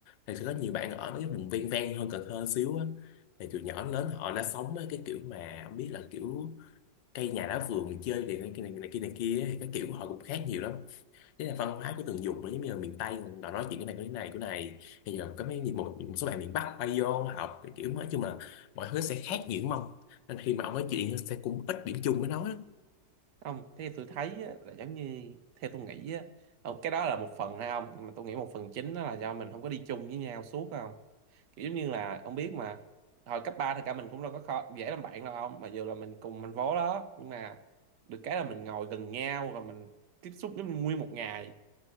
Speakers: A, on the left; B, on the right.
A: thì sẽ có nhiều bạn ở mấy cái vùng ven ven hơn Cần Thơ xíu á thì từ nhỏ đến lớn họ đã sống á, cái kiểu mà ông biết là kiểu cây nhà lá vườn chơi thì này kia này, này kia này kia ấy, thì cái kiểu họ cũng khác nhiều lắm thế là văn hóa của từng vùng nữa giống như là miền Tây họ nói chuyện cái này cái này cái này bây giờ có mấy một, một số bạn miền Bắc quay vô học thì kiểu nói chung là mọi thứ sẽ khác nhiều đúng không nên khi mà ông nói chuyện sẽ cũng ít điểm chung với nó
B: không thế tôi thấy á, là giống như theo tôi nghĩ á ờ, cái đó là một phần hay không nhưng mà tôi nghĩ một phần chính đó là do mình không có đi chung với nhau suốt không kiểu giống như là ông biết mà hồi cấp 3 thì cả mình cũng đâu có khó, dễ làm bạn đâu ông mà dù là mình cùng thành phố đó nhưng mà được cái là mình ngồi gần nhau rồi mình tiếp xúc với nguyên một ngày